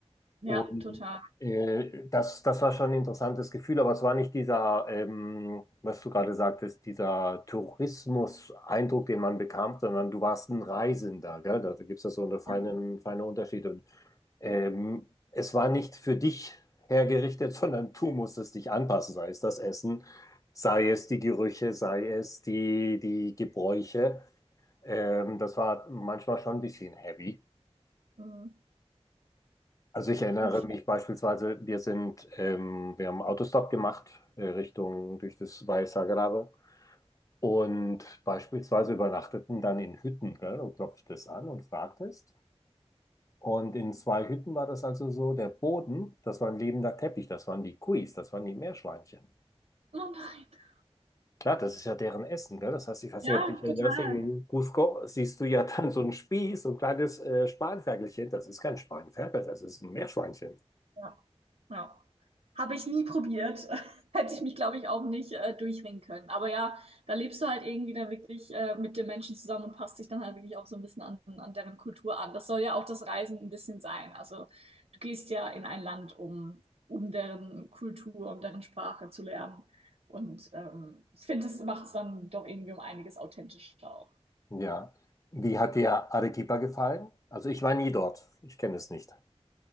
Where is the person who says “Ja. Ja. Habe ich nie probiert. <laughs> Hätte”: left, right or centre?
Right